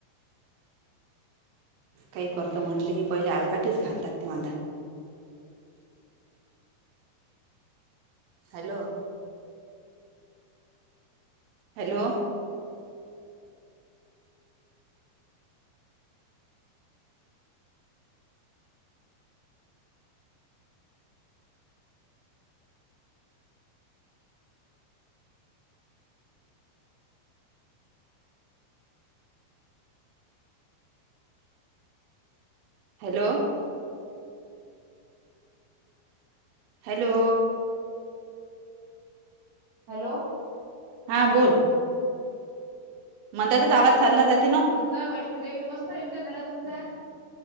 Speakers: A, on the right (about 80°); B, on the right (about 65°).
A: काही करतं म्हटलं की पहिले आडकाटीच घलतात ते वांदा. Hello hello hello hello
B: hello
A: हां बोल मग त्याचाच आवाज चालला जात
B: म्हटलं वैष्णोदेवीला मस्त एन्जॉय झाला तुमचा